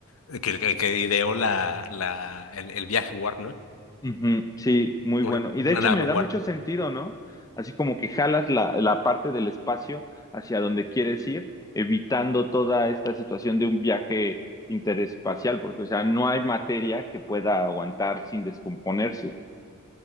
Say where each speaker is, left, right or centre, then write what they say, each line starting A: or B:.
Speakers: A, on the left; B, on the left.
A: eh, que, que, que ideó la, la, el, el viaje Warp, ¿no?
B: Ujú, sí, muy
A: Una,
B: bueno. Y de
A: una
B: hecho
A: nave
B: me da mucho
A: Warp.
B: sentido, ¿no? Así como que jalas la, la parte del espacio hacia donde quieres ir, evitando toda esta situación de un viaje interespacial, porque, o sea, no hay materia que pueda aguantar sin descomponerse.